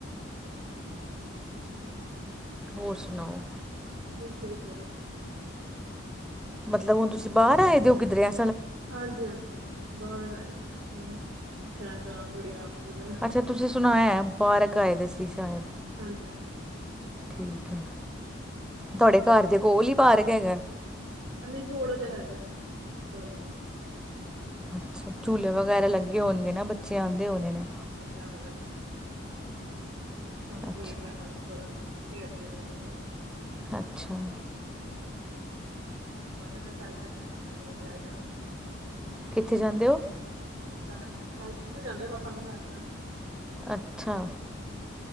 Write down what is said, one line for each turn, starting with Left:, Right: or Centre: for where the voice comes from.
Right: ਹਮ
Centre: ਹੋਰ ਸੁਣਾਓ?
Right: ਹਠ ਕੀ ਬੀ
Centre: ਮਤਲਬ ਹੁਣ ਤੁਸੀਂ ਬਾਹਰ ਆਏ ਹੋ ਕਿੱਧਰਿਆ
Right: ਹਾਂਜੀ ਹਾਂਜੀ ਬਾਹਰ ਆਏ ਆਨੂੰ ਸੈਰ ਕਰਉਣ ਥੋੜੀ ਆਪ ਵੀ ਕਰਨ
Centre: ਅੱਛਾ ਤੁਸੀਂ ਸੁਣਾਇਆ ਪਾਰਕ ਆਏ ਦੇ ਸੀ ਸ਼ਾਇਦ
Right: ਹਾਂਜੀ ਹਾਂਜੀ
Centre: ਠੀਕ ਹੈ
Right: ਹਾਂਜੀ
Centre: ਤੁਹਾਡੇ ਘਰ ਦੇ ਕੋਲ ਹੀ ਪਾਰਕ ਹੈਗਾ।
Right: ਨਹੀਂ ਥੋੜ੍ਹਾ ਜਿਹਾ ਹੈਗਾੜੰਦਪਰਾ
Centre: ਅੱਛਾ ਝੂਲੇ ਵਗੈਰਾ ਲੱਗੇ
Right: ਹਾਂ
Centre: ਹੋਣਗੇ ਨਾ ਬੱਚੇ ਆਉਂਦੇ ਹੋਣੇ ਨੇ
Right: ਜ਼ਿਆਦਾ ਲੱਗ ਹੈ। ਹੋ ਤੇ ਠੀਕ
Centre: ਅੱਛਾ
Right: ਲ ਥੋੜਾ ਖੇਡਦੇ ਜਾ ਕੇ
Centre: ਅੱਛਾ।
Right: ਵੇਸੇ ਤੇ ਸਾਈਕਲ ਤੇ ਜਾਂਦਾ ਕਰੋ ਸੈਰ ਕਰਨ
Centre: ਕਿੱਥੇ ਜਾਂਦੇ ਹੋ?
Right: <unintelligible> ਸਾਈਕਲ ਤੇ ਜਾਂਦਾ ਪਾਪਾ ਨਾਲ ਸੈਰ ਕਰਨ
Centre: ਅੱਛਾ।